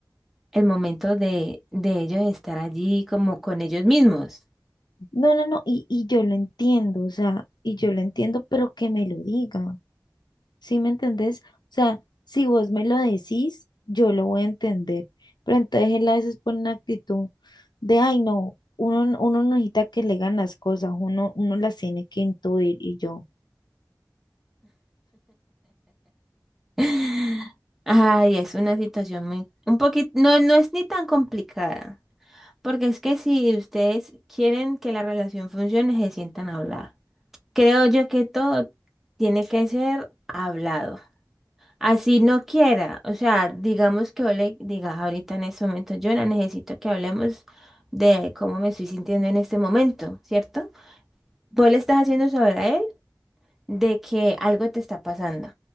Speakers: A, in the centre; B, on the left.
A: el momento de, de ellos estar allí como con ellos mismos.
B: No, no, no, y, y yo lo entiendo, o sea, y yo lo entiendo, pero que me lo diga, ¿sí me entendés? O sea, si vos me lo decís, yo lo voy a entender, pero entonces él a veces pone una actitud de, ay, no, uno, n- uno no necesita que le digan las cosas, uno, uno las tiene que intuir, y yo,
A: <laughs> Ay, es una situación muy, un poquito, no, no es ni tan complicada. Porque es que si ustedes quieren que la relación funcione, se sientan a hablar. Creo yo que todo tiene que ser hablado. Así no quiera, o sea, digamos que yo le digas ahorita en este momento, Jonah, necesito que hablemos de cómo me estoy sintiendo en este momento, ¿cierto? Vos le estás haciendo saber a él de que algo te está pasando.